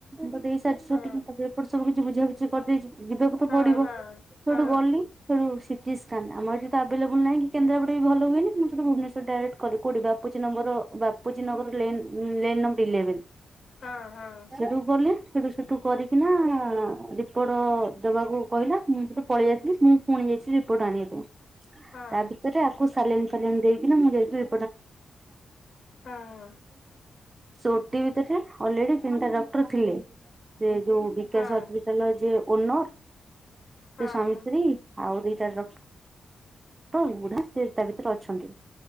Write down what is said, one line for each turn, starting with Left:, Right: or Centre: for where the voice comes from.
Right: ତ ଦେଇ ସାର୍ଚି ଛୁଟି,
Left: ହଁ
Right: ତା'ପରେ ଏପଟ ସବୁ କିଛି ବୁଝିବା କରିଦେଇଚି, ଯିବାକୁ ତ
Left: ହଁ
Right: ପଡିବ
Left: ହଁ
Right: ସେ--ଠୁ
Left: ହଁ ହଁ
Right: ଗଲି। ସେଠୁ ସିଟି ସ୍କାନ୍ ଆମର ଏଠି ତ ଆଭେଲେବୁଲ୍‌ ନାହିଁ, କି କେଦ୍ରାପଡ଼ାରେ ବି ଭଲ ହୁଏନି। ମୁଁ ସେଠୁ ଭୁବୁ ନେଶ୍ଵର୍ ଡାଇରେଟ୍ କଲି, କଉଠି ବାପୁଜୀ ନମ୍ବର ବାପୁଜୀ ନଗର ଲେନ୍ ଲେନ୍‌---ଇଲେବେ
Left: ହଁ ହଁ!
Right: ସିଆଡ଼ କୁ ଗଲି, ସେଠୁ କରିକିନା ରିପୋର୍ଟ ଦେବାକୁ କହିଲା। ମୁଁ ସେଠୁ ପଳେଇ ଆସିଲି, ମୁଁ ପୁଣି ଯାଇଛି ରିପୋର୍ଟ ଆଣିବା ପାଇଁ।
Left: ହଁ
Right: ତା' ଭିତରେ ୟାକୁ ସାଲାଇନ୍‌ ଫାଲାଇନ୍‌ ଦେଇକିନା। ମୁଁ ଯାଇଥିଲି <inaudible>
Left: ହଁ ହଁ
Right: ସେ ଓଟି ଭିତରେ ଅଲ୍ରେଡି ତିନିଟା ଡ଼କ୍ଟର୍ ଥିଲେ। ସେ ଯଉ ବିକାଶ
Left: ହଁ
Right: ହ--ଟାଲ ଯେ ଓନର୍ ସେ
Left: ହଁ
Right: ସ୍ୱାମୀ-ସ୍ତ୍ରୀ ଆଉ ଦିଟା ଡ଼ ବୁ--ସେ ତା' ଭିତରେ ଅଛନ୍ତି,